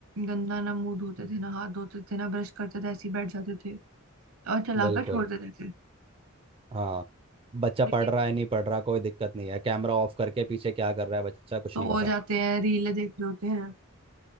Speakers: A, on the right; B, on the right.
A: गंदा ना मुंह धोते थे ना हाथ धोते थे ना ब्रश करते थे ऐसे ही बैठ जाते थे और चलाकर
B: बिल्कुल
A: छोड़ देते थे
B: हाँ बच्चा
A: तो
B: पढ़
A: ये
B: रहा है नहीं पढ़ रहा कोई दिक्कत नहीं है कैमरा ऑफ करके पीछे क्या कर रहा है बच्चा कुछ
A: सो
B: नहीं
A: हो
B: पता
A: जाते हैं रीले देख रहे होते हैं